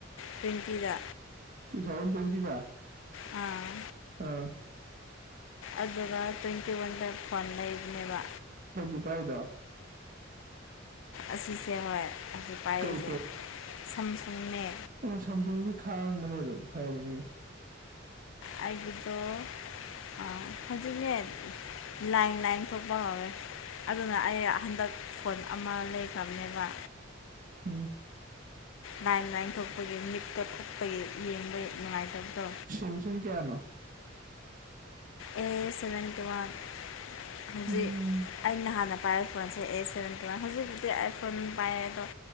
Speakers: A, on the left (about 75°); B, on the right (about 45°).
A: ꯇꯋꯦꯟꯇꯤꯗ
B: <unintelligible>
A: ꯑꯥ
B: ꯑ
A: ꯑꯗꯨꯒ ꯇ꯭ꯋꯦꯟꯇꯤ ꯋꯥꯟ ꯗꯦ ꯐꯣꯟ ꯂꯩꯕꯅꯦꯕ
B: ꯑꯩ ꯍꯧꯖꯤꯛ ꯄꯥꯏꯗꯣ
A: ꯑꯁꯤꯁꯦ ꯍꯣꯏ ꯑꯁꯤ ꯄꯥꯏꯔꯤꯁꯦ
B: ꯀꯩ
A: ꯁꯝꯁꯨꯡꯅꯦ
B: ꯎꯝ ꯁꯥꯝꯁꯨꯡꯗꯤ ꯈꯥꯡꯕꯅꯦ ꯑꯗꯨꯝ ꯐꯕꯅꯤ
A: ꯑꯩꯒꯤꯗꯣ ꯑ ꯍꯧꯖꯤꯛꯅꯦ ꯂꯥꯏꯟ ꯂꯥꯏꯟ ꯊꯣꯛꯄ ꯍꯧꯔꯦ ꯑꯗꯨꯅ ꯑꯩ ꯍꯟꯗꯛ ꯁ꯭ꯄꯣꯟ ꯑꯃ ꯂꯩꯈ꯭ꯔꯕꯅꯦꯕ
B: ꯎꯝ
A: ꯂꯥꯏꯟ ꯂꯥꯏꯟ ꯊꯣꯛꯄꯒꯤ ꯃꯤꯠꯇꯣ ꯊꯛꯄꯒꯤ ꯌꯦꯡꯕ ꯅꯨꯡꯉꯥꯏꯇꯕꯗꯣ
B: ꯁꯦꯝꯁꯡ ꯀꯌꯥꯅꯣ
A: ꯑꯦ ꯁꯚꯦꯟꯇꯤ ꯋꯥꯟ ꯍꯧꯖꯤꯛ
B: ꯎꯝ
A: ꯑꯩꯅ ꯍꯥꯟꯅ ꯄꯥꯏꯔꯛꯄ ꯐꯣꯟꯁꯦ ꯑꯦ ꯁꯚꯦꯟꯇꯤ ꯋꯥꯟ ꯍꯧꯖꯤꯛꯀꯤꯗꯤ ꯑꯥꯏ ꯐꯣꯟ ꯄꯥꯏꯌꯦ ꯑꯗꯣ